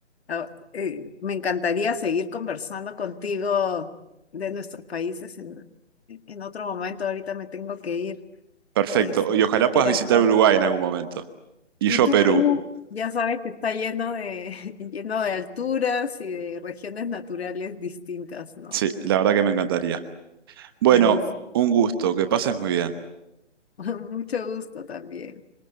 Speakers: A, on the left; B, on the right.
A: ah, eh, me encantaría seguir conversando contigo de nuestros países en, en otro momento. Ahorita me tengo que ir.
B: Perfecto,
A: Es,
B: y ojalá puedas
A: me encantó.
B: visitar Uruguay en algún momento. Y
A: Y
B: yo
A: tú,
B: Perú,
A: Perú, ya sabes que está lleno de, <laughs> lleno de alturas y de regiones naturales distintas, ¿no?
B: sí, la verdad que me encantaría. Bueno,
A: Buenísimo.
B: un gusto, que pases muy bien.
A: <laughs> Mucho gusto también.